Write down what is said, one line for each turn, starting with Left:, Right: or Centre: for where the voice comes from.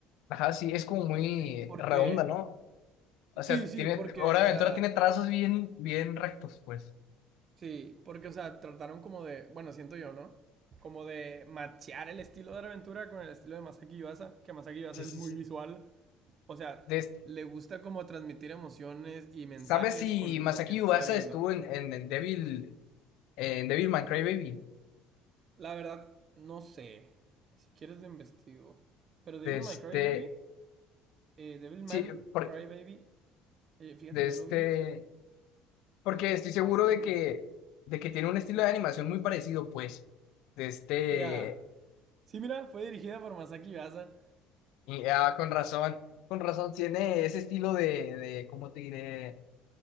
Left: Ajá, sí, es como muy
Right: porque,
Left: redonda, ¿no? O sea,
Right: sí, sí,
Left: tiene.
Right: porque,
Left: Hora
Right: o
Left: de
Right: sea,
Left: Aventura tiene trazos bien, bien rectos, pues.
Right: Sí, porque, o sea, trataron como de, bueno, siento yo, ¿no? Como de machear el estilo de aventura con el estilo de Masaki Yuasa, que Masaki Yuasa
Left: Sí,
Right: es
Left: sí,
Right: muy
Left: sí.
Right: visual. O sea,
Left: De este-
Right: le gusta como transmitir emociones y mensajes
Left: ¿Sabes si
Right: con
Left: Masaki
Right: lo que se
Left: Ubasa
Right: está viendo.
Left: estuvo en, en, en Devil, en Devilman Crybaby?
Right: La verdad, no sé. Si quieres lo investigo. Pero Devil
Left: De este.
Right: May Cry Baby, eh, Devil Man
Left: Sí, por-
Right: Cry Baby, eh, fíjate
Left: de
Right: que
Left: este,
Right: yo lo vi
Left: porque estoy seguro
Right: hace...
Left: de que, de que tiene un estilo de animación muy parecido, pues, de este,
Right: Ya. Sí, mira, fue dirigida por Masaki Yuasa.
Left: y, ah, con razón, con razón tiene ese estilo de, de, ¿cómo te diré?